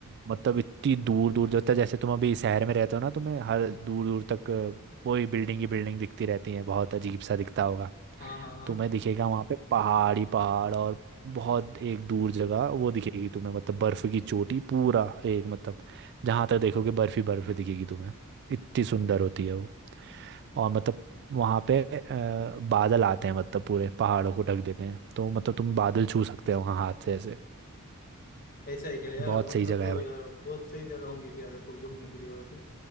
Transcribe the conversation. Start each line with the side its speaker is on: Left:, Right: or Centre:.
Right: मतलब इतनी दूर दूर जो तक जैसे तुम अभी शहर में रहते हो ना तुम्हें हर दूर दूर तक अ, वही बिल्डिंग की बिल्डिंग दिखती रहती है बहुत अजीब सा दिखता होगा
Left: हाँ हाँ हाँ
Right: तुम्हें दिखेगा वहाँ पे पहाड़ ही पहाड़ और बहुत एक दूर जगह वो दिखेगी तुम्हें मतलब बर्फ की चोटी पूरा एक मतलब जहाँ तक देखोगे बर्फ ही बर्फ दिखेगी तुम्हें इतनी सुंदर होती है वो और मतलब वहाँ पे अ, बादल आते हैं मतलब पूरे पहाड़ों को ढक देते हैं तो मतलब तुम बादल छू सकते हो वहाँ हाथ से ऐसे
Left: ऐसा है क्या यार
Right: बहुत
Left: मतलब
Right: सही जगह
Left: तो
Right: है
Left: यार बहुत सही जगह होंगी फिर यार फिर घूमने के लिए वो तो